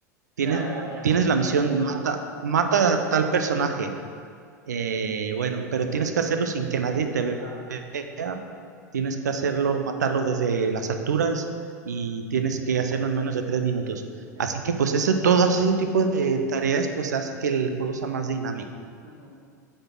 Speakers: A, on the right (about 75°); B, on the right (about 45°).
A: Tienes,
B: Ya, ya, ya,
A: tienes
B: sé qué
A: la
B: tipo
A: misión,
B: de juego
A: mata,
B: es.
A: mata a tal personaje eh, bueno, pero tienes que hacerlo sin que nadie te
B: Claro,
A: vea. Tienes que hacerlo, matarlo desde las alturas y tienes que hacerlo en menos de tres minutos.
B: ya.
A: Así que pues ese, todo ese tipo de tareas pues hace que el juego sea más dinámico.
B: Ujú.